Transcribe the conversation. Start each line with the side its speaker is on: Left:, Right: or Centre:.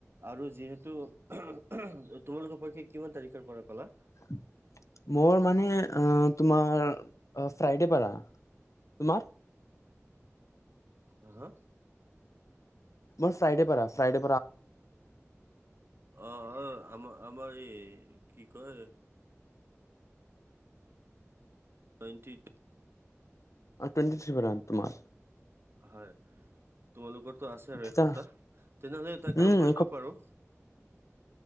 Right: আৰু যিহেতু তোমালোকৰ পৰীক্ষা কিমান তাৰিখৰ পৰা কলা
Left: উম মোৰ মানে তোমাৰ ফ্ৰাইডে পৰা তোমাৰ
Right: হা হা
Left: মোৰ ফ্ৰাইডে পৰা আছে ফ্ৰাইডে
Right: অ অ আমাৰ আমাৰ এই কি কয় নোএন্তিত
Left: অ টুৱেণ্টি থ্ৰী পৰা তোমাৰ
Right: হয় তোমালোকৰ টো আছে আৰু
Left: তেতিয়া
Right: এসপ্তাহ তেনেহলে এটা
Left: উম,
Right: কাম কৰিব
Left: এক
Right: পাৰো হয়